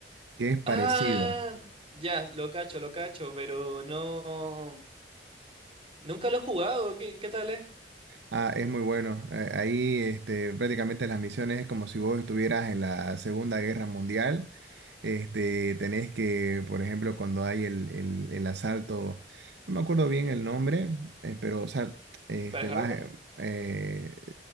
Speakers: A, on the right (about 70°); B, on the right (about 35°).
A: que es parecido.
B: Ah, ya, lo cacho, lo cacho, pero no... Nunca lo he jugado. ¿Qué, qué tal es?
A: Ah, es muy bueno. Eh, ahí este, prácticamente las misiones es como si vos estuvieras en la Segunda Guerra Mundial. Este, tenés que, por ejemplo, cuando hay el, el- el asalto, no me acuerdo bien el nombre, eh, pero, o sea, este,
B: ¿Para
A: vas,
B: Harvard?
A: eh, eh,